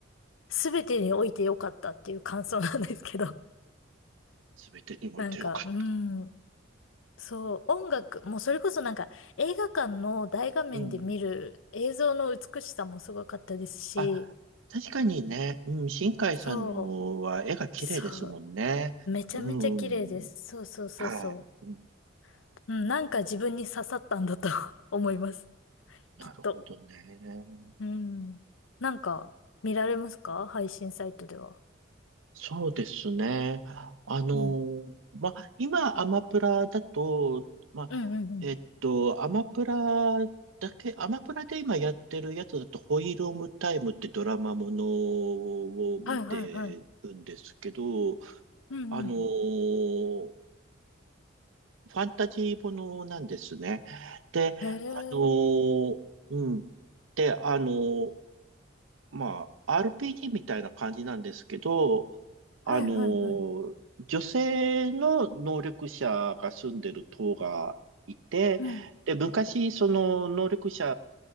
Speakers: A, on the left; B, on the right.
A: すべてにおいてよかったっていう感想なんですけど。
B: すべてにおいてよかった。
A: <laughs> なんか、うーん、そう、音楽、もうそれこそなんか映画館の大画面で見る映像の美しさもすごかったですし、
B: うんうん。あ、確かにね。うん。新海さんのは絵が綺麗ですもんね。
A: そう、そう、めちゃめちゃ綺麗です。
B: うん。
A: そうそうそうそう。
B: はい。うん。
A: うん、なんか自分に刺さったんだと <laughs> 思います。
B: なるほどね。
A: きっと。うん。なんか、見られますか配信サイトでは。
B: そうですね。あの、
A: うん。
B: まあ、今、アマプラだと、まあ、
A: うんうんうん。
B: えっと、アマプラだけ、アマプラで今やってるやつだと、ホイールオムタイムってドラマものを見てるんですけど、
A: はいはいはい。うんうん。
B: あの、ファンタジーものなんですね。で、
A: へえ。
B: あの、うん。で、あの、まあ、RPG みたいな感じなんですけど、
A: はいはいはい。
B: あのー、女性の能力者が住んでる島がいて、
A: うん。
B: で、昔、その能力者